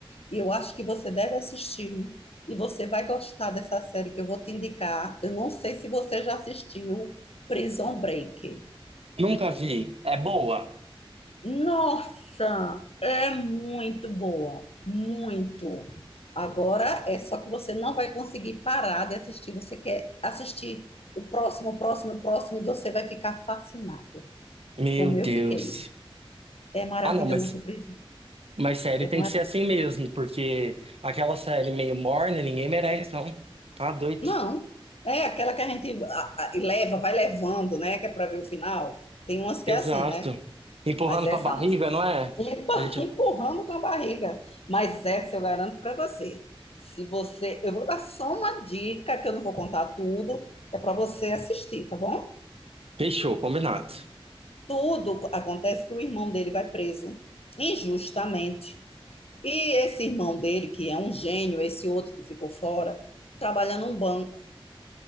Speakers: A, on the left; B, on the right.
A: E eu acho que você deve assistir. E você vai gostar dessa série que eu vou te indicar. Eu não sei se você já assistiu Prison Break.
B: Nunca vi. É boa?
A: Nossa, é muito boa, muito. Agora é só que você não vai conseguir parar de assistir. Você quer assistir o próximo, o próximo, o próximo, e você vai ficar fascinado.
B: Meu
A: Como
B: Deus.
A: eu fiquei. É maravilhoso,
B: Ah, não, mas
A: Prison.
B: Mas série
A: É
B: tem que ser assim mesmo, porque aquela série meio morna, ninguém merece, não. Tá doido.
A: Não. É aquela que a gente a- a- leva, vai levando, né? Que é para ver o final. Tem umas que
B: Exato.
A: é assim, né?
B: Empurrando
A: Mas essa
B: com a barriga,
A: não.
B: não é?
A: Empa-
B: A gente
A: <laughs> Empurrando com a barriga. Mas essa eu garanto para você. Se você, eu vou dar só uma dica, que eu não vou contar tudo, é para você assistir, tá bom?
B: fechou, combinado.
A: Tudo acontece que o irmão dele vai preso injustamente. E esse irmão dele, que é um gênio, esse outro que ficou fora, trabalha num banco.